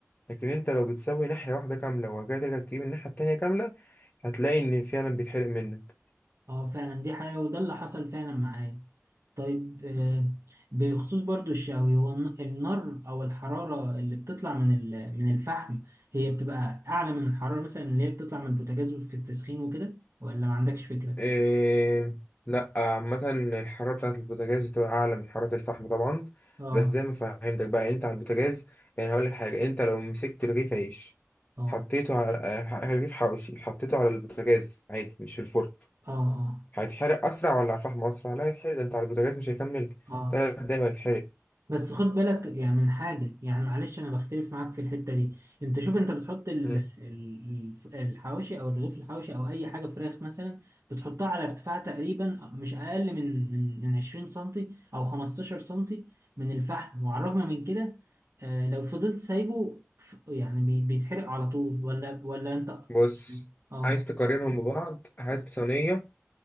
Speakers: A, on the left (about 35°); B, on the right (about 75°).
A: لكن انت لو بتسوي ناحيه واحده كامله وجاي ترجع تجيب الناحيه التانية كامله هتلاقي ان فعلا بيتحرق منك
B: اه فعلا دي حقيقة وده اللي حصل فعلا معايا طيب آه، بخصوص برضو الشاوي هو الن- النار او الحرارة اللي بتطلع من ال- من الفحم هي بتبقى اعلى من الحرارة مثلا اللي هي بتطلع من البوتاجاز في التسخين وكده ولا ما عندكش فكرة
A: إيه لا عامة الحرارة بتاعة البوتاجاز بتبقى أعلى من حرارة الفحم طبعا
B: اه
A: بس زي ما فهمتك بقى أنت على البوتاجاز يعني هقولك حاجة أنت لو مسكت رغيف عيش
B: اه
A: حطيته على آه، رغيف حواوشي حطيته على البوتاجاز عادي مش في الفرن
B: اه اه
A: هيتحرق أسرع ولا على الفحم أسرع؟ لا هيتحرق ده أنت على البوتاجاز مش هيكمل
B: اه
A: تلات دقايق وهيتحرق
B: بس خد بالك يعني من حاجة يعني معلش أنا بختلف معاك في الحتة دي أنت شوف أنت بتحط ال-
A: مم.
B: ال- الف- الحواشي أو الرغيف الحواشي أو أي حاجة فراخ مثلا بتحطها على ارتفاع تقريبا مش أقل من من من 20 سنتي أو 15 سنتي من الفحم وعلى الرغم من كده آه، لو فضلت سايبه ف- يعني بي- بيتحرق على طول ولا ولا أنت
A: بص
B: آه
A: عايز تقارنهم ببعض هات
B: آه
A: صينية